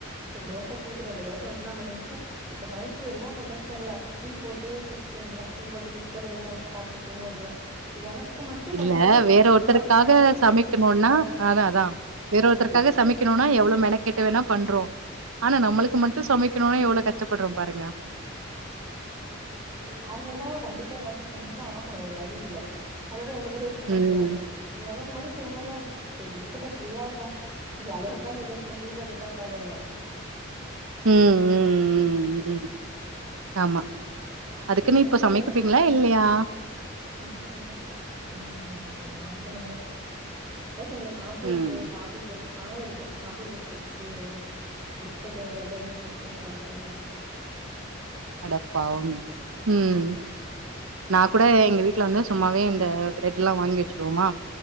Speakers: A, on the right; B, on the right.
A: சரி தோச அப்ப போதுர <unintelligible> எல்லா முடிஞ்சுது இப்ப நைட் என்ன பண்றதுனு தெர்ல டீ போட்டு குடிச்ச வேண்டிதா டீ போட்டு பிஸ் பிஸ்கட் எதுன அப்டி சாப்டுட்டு தூங்க வேண்டியதா எனக்கு மட்டு
B: இல்ல
A: பண்றதுக்கே எனக்கு
B: வேற
A: அவ்ளோ
B: ஒருத்தருக்காக
A: அவ்ளோ அலுப்பா இருக்கு
B: சமைக்கணுன்னா
A: ஆ
B: அதா அதா வேற ஒருதற்காக
A: ஓகே
B: சமைக் கணுன்னா எவ்ளோ மெனக்கேட்ட வேணா பண்றோ ஆனா
A: ஆமா
B: நம்மளுக்கு மட்டு சமைக்கணும்னா எவ்ளோ கஷ்டப்பட்றோ பாருங்க
A: அவ்ங்க இருந்தா கண்டிப்பா ஏதாச்சு செஞ்சுதா ஆகணு வேற வழி இல்ல அதோட எந்த பேரு எப்டி செஞ்சிவே
B: ம், ம்,
A: இப்ப எனக்கு மட்டு செய்யும்போத இருக்கட்டு ஃப்ரீயா இருப்போ ஜாலியா ஒக்காந்ததுருகே சும்மா டிவி பாத்துட்டு தா உக்காந்து இருந்த
B: ம் ம் ம் ம் ஆமா
A: பா பாக்கணு
B: அதுக்குனு
A: லோக்கல்ல
B: இப்ப சமைக்கப்பேறிங்களா
A: ஏதாச்சு
B: இல்லையா
A: இன்னு இல்ல <unintelligible> நாய்க்தா இனிமே அதா சொல்றல காபி இருக்கு
B: ம்.
A: காபி போ பால் இருக்கு காபி போட்டு குடிச்சுட்டு பிஸ்கட் பிரெட் எதுவு சாப்ட்டுட்டு படுக்க வேண்டியதா
B: அட பாவமே ம் நா கூட எங்க வீட் வீட்ல வந்து சும்மாவே இந்த பிரெட்ல்லா வாங்கி வச்சுருவோமா